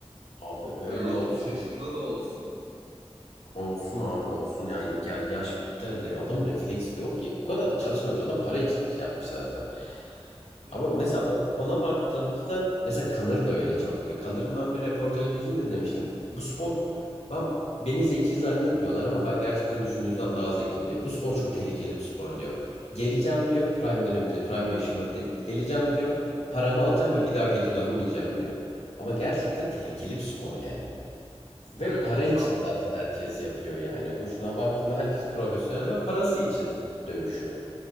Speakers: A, on the left; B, on the right.
A: Abi öyle
B: Hani 60
A: olsun.
B: yaşında da olsa.
A: Olsun abi olsun. Yani ya yaş bir tane de adam refleks yok ki. Bu kadar da çalışmamış adam para için şey yapmış zaten.
B: Hmm.
A: Ama mesela on- ona baktığımızda mesela Kanır da öyle çok diyor. Kanır'ın ben bir reportajını dinlemiştim. Bu spor ben beni zeki zannetmiyorlar ama ben gerçekten düşündüğünüzden daha zekiyim diyor. Bu spor çok tehlikeli bir spor diyor. Geleceğim diyor prime döneminde prime yaşımda de- geleceğim diyor. Paramı alacağım ve bir daha geri dönmeyeceğim diyor. Ama gerçekten tehlikeli bir spor yani. Ve
B: Evet
A: para
B: evet
A: için
B: abi.
A: zaten herkes yapıyor yani. Bu şuna baktığında herkes profesyonel ve parası için dövüşüyor.